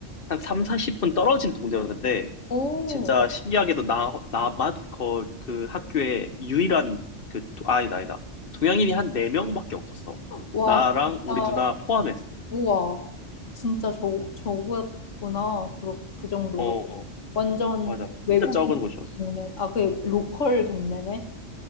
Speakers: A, on the left; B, on the left.
A: 한삼 40분 떨어진 동네였는데
B: 오,
A: 진짜
B: 어.
A: 신기하게도 나, 나만 그, 그 학교에 유일한 그, 도- 아, 아니다, 아니다. 동양인이 한 4명밖에 없었어.
B: 와,
A: 나랑
B: 진짜,
A: 우리 누나 포함해서.
B: 우와. 진짜 저, 저거였구나. 그, 그 정도로.
A: 어,
B: 완전
A: 맞아.
B: 외국인
A: 진짜 적은 곳이었어.
B: 동네. 아, 그 로컬 동네네?